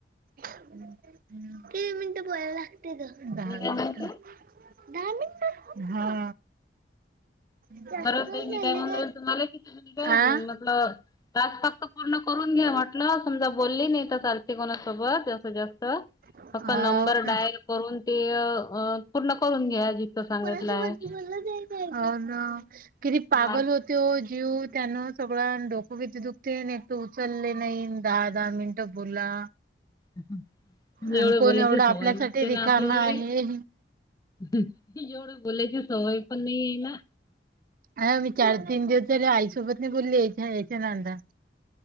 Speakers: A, on the right (about 50°); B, on the left (about 20°).
A: तीन मिनिटं बोलायला लागते ग दहा
B: मी काय
A: मिनिट.
B: म्हणते
A: दहा मिनटं, हा. जास्त
B: बर
A: झाले
B: ताई मी काय म्हनाले तुम्हाला कि <unintelligible>
A: आ
B: आप तास फक्त पूर्ण करून घ्या. न समजा बोलली नाही तरलथ कोणासोबत असं जास्त.
A: हो
B: फक्त नंबर
A: का?
B: डायल करून ते पूर्ण करून घ्या जिकं सांगितलंय.
A: कोणासोबत <unintelligible> किती पागल
B: मार्क
A: होती जीव त्यान सगळं डोकं किती दुखते न तू उचलले नाही दहा दहा मिनटं बोला.
B: एवढं
A: आणि कोण
B: बोलायची
A: एवढा
B: सवय
A: आपल्यासाठी
B: नसते
A: रिकामा
B: ना आपल्याले.
A: आहे.
B: एवढं बोलायची सवय पण नाही आहे ना.
A: अ मी चार तीन दिवस झाले आईसोबत नाही बोलली याच्या यायच्या नांदत.